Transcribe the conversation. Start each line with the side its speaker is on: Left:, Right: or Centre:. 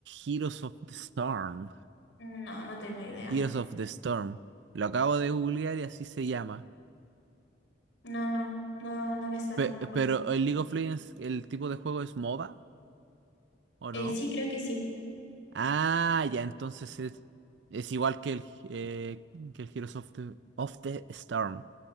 Right: Heroes of the Storm.
Left: No, no tengo idea.
Right: Heroes of the Storm. Lo acabo de googlear y así se llama.
Left: No, no, no, no me suena,
Right: Pe-
Left: no lo conozco.
Right: pero el League of Legends, el tipo de juego es MOBA, ¿o
Left: Eh,
Right: no?
Left: sí, creo que sí.
Right: Ah, ya, entonces es, es igual que el, eh, que el Heroes of the, of the Storm.